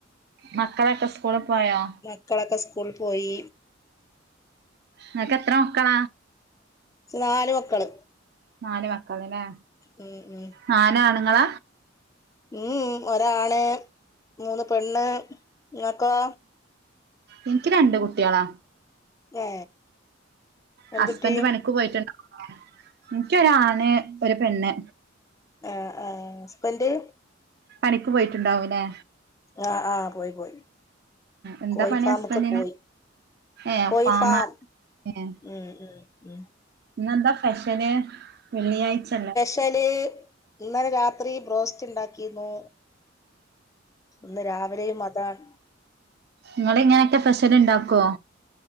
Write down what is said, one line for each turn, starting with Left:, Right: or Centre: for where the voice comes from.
Right: മക്കളൊക്കെ സ്കൂളിൽ പോയോ?
Left: മക്കളെക്ക സ്കൂൾ പോയി.
Right: ഇങ്ങക്കെത്ര മക്കള?
Left: നാല് മക്കള്.
Right: നാല് മക്കള് ല്ലേ?
Left: ഉം ഉം.
Right: നാലാണുങ്ങള?
Left: മ് ഒരാണ് മൂന്ന് പെണ്ണ്, നിങ്ങക്കോ?
Right: എനിക്ക് രണ്ട് കുട്ടികളാ.
Left: ഏ എന്തുട്ടി
Right: ഹസ്ബൻഡ് പണിക്ക് പോയിട്ടു <unintelligible> എനിക്കൊരാണ് ഒരു പെണ്ണ്.
Left: ആഹ് ആ. ഹസ്ബൻഡ്?
Right: പണിക്ക് പോയിട്ടുണ്ടാവല്ലേ?
Left: ആഹ് ആ പോയി പോയി.
Right: എന്താ
Left: കോഴി
Right: പണി
Left: ഫാമ്ക്ക്
Right: ഹസ്ബൻഡിന്
Left: പോയി.
Right: ഏ
Left: കോഴിഫാമ
Right: ഫാമാ ഏ
Left: ഉം ഉം ഉം.
Right: ഇന്നെന്താ സ്പെഷല് വെള്ളിയാഴ്ചല്ലേ?
Left: ഷ്യല് ഇന്നലെ രാത്രി ബ്രോസ്റ്റുണ്ടാക്കീന്നു. ഇന്ന് രാവിലെയും അതാണ്.
Right: ഇങ്ങളി ങ്ങനെയൊക്കെ സ്പെഷ്യൽ ഉണ്ടാക്കുവോ?